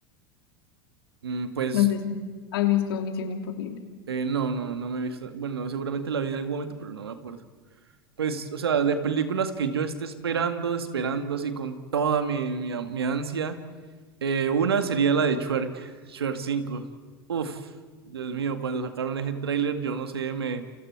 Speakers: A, on the right; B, on the left.
A: Mm, pues
B: No sé si ha visto Misión Imposible.
A: eh, no, no, no me he visto. Bueno, seguramente la vi en algún momento, pero no me acuerdo. Pues, o sea, de películas que yo esté esperando, esperando así con toda mi, mi, mi ansia. Eh, una sería la de Shrek, Shrek cinco Uf, Dios mío, cuando sacaron ese tráiler, yo no sé, me